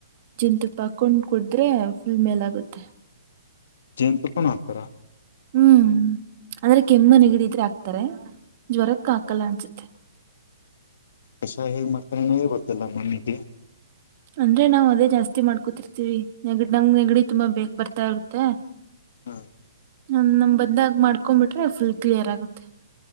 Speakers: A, on the right; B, on the left.
A: ಜಿಂತ ಪಾಕ್ಕೊಂಡ್ ಕುಡುದ್ರೆ ಫುಲ್ ಮೇಲ್ಗುತ್ತೆ.
B: ಜೆನ್ ತುಪ್ಪನ್ ಅಕ್ತರ.
A: ಹ್ಮ್ ಅಂದ್ರೆ ಕೆಮ್ಮ ನಗಿಡಿದ್ರೆ ಹಾಕ್ತಾರೆ ಜ್ವರಕ್ಕೆ ಹಾಕಲ್ಲ ಅನ್ಸುತ್ತೆ.
B: ಎಷಾ ಹೇಗ್ ಮಾಡತ್ರ ಬರ್ತ್ತಲ್ಲ ಮನಿಗೆ.
A: ಅಂದ್ರೆ ನಾವು ಅದೇ ಜಾಸ್ತಿ ಮಾಡ್ಕೊತಿರ್ತೀವಿ ನೆಗಡಿ ನಂಗ ನೆಗಡಿ ತುಂಬಾ ಬೇಗ ಬರ್ತಾ ಇರುತ್ತೆ.
B: ಹಾ
A: ನಮ ನಮ್ ಬಂದಾಗ ಮಾಡ್ಕೊಬಿಟ್ರೆ ಫುಲ್ ಕ್ಲಿಯರ್ ಆಗುತ್ತೆ